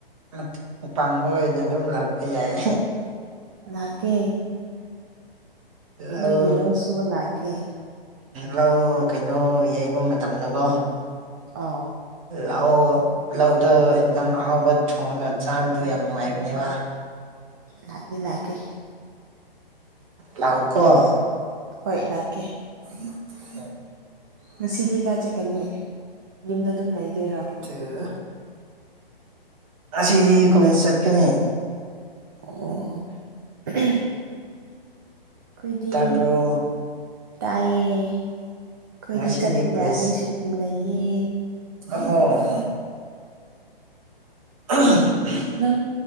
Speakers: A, on the right; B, on the right.
A: ꯃꯇꯦꯡ ꯄꯥꯡꯕ ꯑꯣꯏꯅ ꯑꯗꯨꯝ ꯂꯥꯛꯄ ꯌꯥꯏ
B: ꯂꯥꯛꯀꯦ
A: ꯂꯧ
B: ꯅꫭꯏꯒꯤꯂꯣꯁꯨꯕ ꯂꯥꯛꯀꯦ
A: ꯂꯧ ꯀꯩꯅꯣ ꯌꯩꯕ ꯃꯇꯝꯗꯀꯣ
B: ꯑꯥꯎ
A: ꯂꯥꯛꯑꯣ ꯂꯧꯗ ꯏꯟꯖꯥꯡ ꯑꯍꯥꯎꯕ ꯊꯣꯡꯉꯒ ꯆꯥꯕꯗꯣ ꯌꯥꯝ ꯅꯨꯡꯉꯥꯏꯕꯅꯦꯕ
B: ꯂꯥꯛꯀꯦ ꯂꯛꯀꯦ
A: ꯂꯥꯛꯎꯀꫭ
B: ꯍꯣꯏ ꯂꯥꯛꯀꯦ
A: <inaudible>
B: ꯉꯁꯤꯗꯤ ꯀꯥꯏ ꯆꯠꯀꯅꯤ ꯌꯨꯝꯗ ꯑꯗꯨꯝ ꯂꯩꯗꯣꯏꯔꯣ
A: ꯑꯗꯨ ꯉꯁꯤꯗꯤ ꯀꯣꯂꯦꯟ ꯆꯠꯀꯅꯤ
B: ꯑꯣ <unintelligible> ꯑꯩꯈꯣꯏꯗꯤ
A: ꯇꯥꯕ꯭ꯔꯣ
B: ꯇꯥꯏꯌꯦ ꯑꯩꯈꯣꯏꯗꯤ
A: ꯉꯁꯤꯗꯤ
B: ꯆꯠꯄ
A: ꯀꯣꯂꯦꯖ
B: ꯌꯥꯗꯦꯁꯨ ꯇꯤ ꯂꯩꯌꯦ
A: <unintelligible> <unintelligible>
B: ꯅꯪ